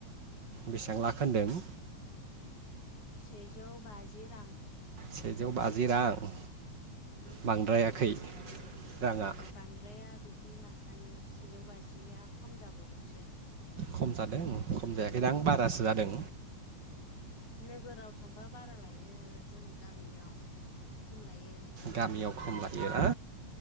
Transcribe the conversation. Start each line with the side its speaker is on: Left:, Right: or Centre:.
Right: बेसेबां लाखो होनदों
Left: सेजौ बाजि रां
Right: सेजौ बाजि रां
Left: उम
Right: बांद्रायाखै राङा
Left: बांद्राया बिदिनो लाखायो सेजौ बाजि जिया खम जाबावदोंसो
Right: खम जादों खम जायाखैना आं बारासो जादों
Left: नोगोराव थांबा बारा लायो जों गामियाव खम लायो
Right: गामियाव खम लायो ना